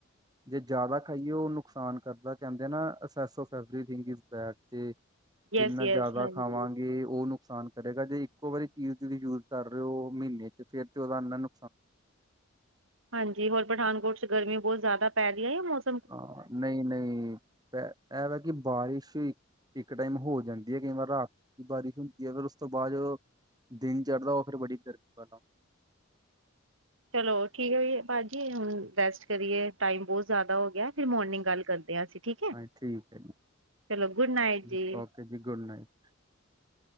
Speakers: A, on the right; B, on the right.
A: ਜੇ ਜ਼ਿਆਦਾ ਖਾਈਏ ਉਹ ਨੁਕਸਾਨ ਕਰਦਾ। ਕਹਿੰਦੇ ਅਵ ਬੈ ਤੇ
B: ਯਸ
A: ਜਿੰਨਾ
B: ਯਸ
A: ਜ਼ਿਆਦਾ
B: ਹਾਂਜੀ
A: ਖਾਵਾਂਗੇ <unintelligible> ਤੇ ਉਹ ਨੁਕਸਾਨ ਕਰੇਗਾ ਜੇ ਇੱਕੋ ਵਾਰੀ ਚੀਜ਼ ਤੁਸੀਂ ਯੂਜ ਕਰ ਰਹੇ ਹੋ ਮਹੀਨੇ ਚ ਫੇਰ ਤੇ ਉਹਦਾ ਇਨਾਂ ਨੂ
B: ਹਾਂਜੀ ਹੋਰ ਪਠਾਨਕੋਟ ਚ ਗਰਮੀ ਬਹੁਤ ਜ਼ਿਆਦਾ ਪੈ ਰਹੀ ਹੈ ਯਾ ਮੌਸ
A: ਹਾਂ ਨਹੀਂ ਨਹੀਂ ਇਹ ਵੈ ਕਿ ਬਾਰਿਸ਼ ਇੱਕ ਟਾਈਮ ਹੋ ਜਾਂਦੀ ਹੈ ਕਈ ਵਾਰ ਰਾਤ ਦੀ ਬਾਰਿਸ਼ ਹੁੰਦੀ ਹੈ ਫੇਰ ਉਸ ਤੋਂ ਬਾਅਦ ਜਦੋਂ ਦਿਨ ਚੜ੍ਹਦਾ ਉਹ ਫੇਰ ਬੜੀ ਗਰਮੀ ਵਾਲਾ ਹੁੰਦਾ।
B: ਚਲੋ ਠੀਕ ਹੈ ਵੀ ਭਾਅ ਜੀ ਹੁਨ ਰੈਸਟ ਕਰੀਏ ਟਾਈਮ ਬਹੁਤ ਜ਼ਿਆਦਾ ਹੋ ਗਿਆ। ਫਿਰ ਮੋਰਨਿੰਗ
A: ਹਾਂ
B: ਗੱਲ ਕਰਦੇ ਹਾਂ ਅਸੀਂ ਠੀਕ ਹੈ
A: ਠੀਕ ਹੈ ਜੀ
B: ਚਲੋ ਗੁਡ ਨਾਈਟ
A: ਠੀਕ
B: ਜੀ।
A: ਜੀ ਗੁਡ ਨਾਈਟ।